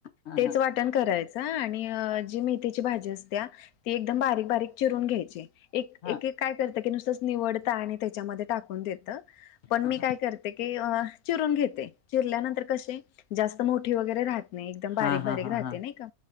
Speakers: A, on the left; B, on the left.
A: हा
B: तेच
A: हा
B: वाटण करायचं आणि जी मेथीची भाजी अस तिय ती एकदम बारीक बारीक चिरून घ्यायची एक
A: हा
B: एक एक काय करतं की नुसतंच निवडतं आणि त्याच्यामध्ये टाकून देत पण
A: हा
B: मी
A: हा
B: काय करते की आचिरून घेते चिरल्यानंतर कसे जास्त मोठी वगैरे राहत नाही एकदम बारीक
A: हा
B: बारीक
A: हा हा
B: राहते
A: हा
B: नाही का